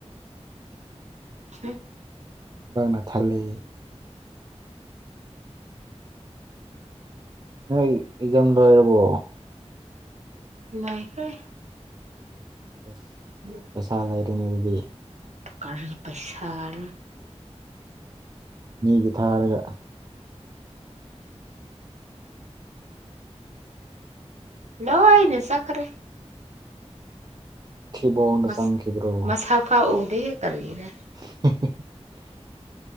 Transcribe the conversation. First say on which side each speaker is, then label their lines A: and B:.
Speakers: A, on the right; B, on the right.
A: <inaudible>
B: ꯊꯕꯥꯛꯅ ꯊꯜꯂꯦ ꯅꯣꯢ ꯑꯦꯛꯖꯥꯝ ꯂꯣꯏꯔꯕꯣ
A: ꯂꯣꯏꯈ꯭ꯔꯦ
B: <inaudible>
A: <inaudible>
B: ꯄꯩꯁꯥ ꯂꯩꯔꯤꯉꯩꯗꯗꯤ
A: ꯀꯥꯔꯤ ꯄꯩꯁꯥꯅꯣ
B: ꯃꯤꯒꯤ ꯊꯥꯔꯒ
A: ꯂꯣꯏꯅꯦ ꯆꯠꯈ꯭ꯔꯦ
B: ꯊꯤꯕꯣꯡꯗ
A: ꯃꯁ
B: ꯆꯪꯈꯤꯕ꯭ꯔꯣ
A: ꯃꯁꯥꯐꯥꯎ ꯎꯗꯦꯍꯦ ꯀꯔꯤꯔ
B: <unintelligible>